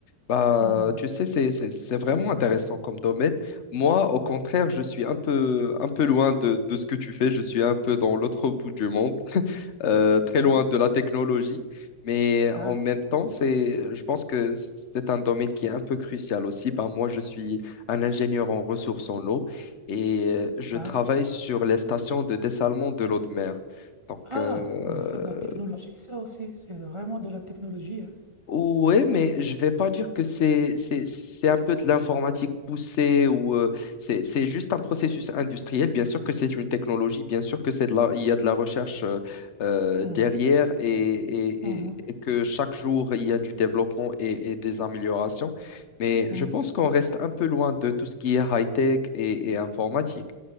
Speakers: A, on the left; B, on the right.
A: Bah,
B: hmm,
A: tu sais, c'est, c'est, c'est vraiment intéressant comme domaine. Moi, au
B: ouais.
A: contraire, je suis un peu, un peu loin de, de ce que tu fais. Je suis un peu dans l'autre bout du monde euh, très
B: Oh,
A: loin de la technologie, mais
B: Ah,
A: en même temps, c'est, je pense que c'est un domaine qui est un peu crucial aussi. Ben, moi, je suis un ingénieur en ressources en eau et euh, je
B: ah.
A: travaille sur les stations de dessalement de l'eau de mer. Donc,
B: Ah,
A: euh,
B: mais c'est de la technologie, ça aussi. C'est vraiment de la technologie. hein.
A: oui, mais je vais pas dire que c'est c'est c'est un peu de l'informatique poussée ou euh, c'est c'est juste un processus industriel. Bien sûr que c'est une technologie, bien sûr que c'est de la, il y a de la recherche euh, euh,
B: Mhm,
A: derrière et, et,
B: mhm,
A: et, et que chaque jour il y a du développement et, et des améliorations. Mais
B: mhm,
A: je pense qu'on reste un peu loin de tout ce qui est high-tech et, et informatique.